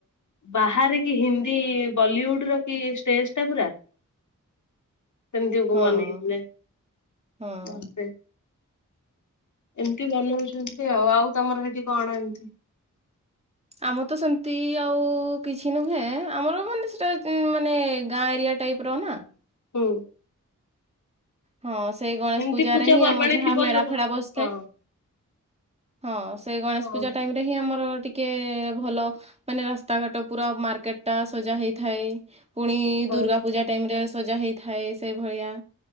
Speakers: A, on the left; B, on the right.
A: ବାହାରେ କି ହିନ୍ଦୀ ବଲିଉଡ ର କି ଷ୍ଟେଜ ଟା ପୁରା। ସେମିତିକୁ
B: ହଁ
A: ବନେଇଥିଲେ
B: ହଁ।
A: ମସ୍ତେ। ଏମିତି ବନଉଛନ୍ତି ଆଉ ତମର ହେଇଠି କଣ ଏମି
B: ଆମର ତ ସେମିତି ଆଉ କିଛି ନୁହେଁ ଆମର ମାନେ ସେ ମାନେ ଗାଁ ଏରିଆ ଟାଇପର‌ ନା।
A: ହୁଁ।
B: ହଁ ସେଇ ଗଣେଶ
A: ଏମିତି
B: ପୂଜାରେ
A: ପୂଜା
B: ହିଁ
A: ପର୍ବାଣୀ
B: ଆମ ଯାହା
A: ଥିବ
B: ମେଳା
A: ଛୋଟ
B: ଫେଳା ବସିଥାଏ।
A: ହଁ
B: ହଁ ସେଇ ଗଣେଶ
A: ହଁ
B: ପୂଜା ଟାଇମ ରେ ହିଁ ଆମର ଟିକେ ଭଲ ମାନେ ରାସ୍ତାଘାଟ ପୁରା ମାର୍କେଟ ଟା ସଜା ହେଇଥାଏ। ପୁଣି
A: ହଁ
B: ଦୁର୍ଗା ପୂଜା ଟାଇମ୍ ରେ ସଜା ହେଇଥାଏ ସେ ଭଳିଆ